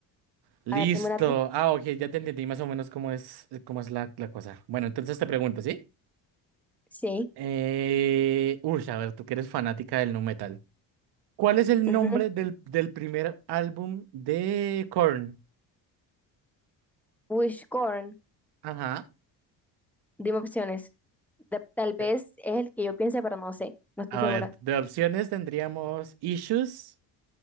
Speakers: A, on the right (about 70°); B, in the centre.
A: Listo.
B: A ver, dime una tú.
A: Ah, ok, ya te entendí más o menos cómo es, cómo es la, la cosa. Bueno, entonces te pregunto, ¿sí?
B: Sí.
A: Eh... Uy, a ver, tú que eres fanática del nu metal. ¿Cuál es el
B: ujú.
A: nombre del, del primer álbum de Korn?
B: Uy, Korn.
A: Ajá.
B: Dime opciones. De- tal vez
A: Eh,
B: es el que yo piense, pero no sé. No estoy
A: a
B: segura.
A: ver, de opciones tendríamos Issues,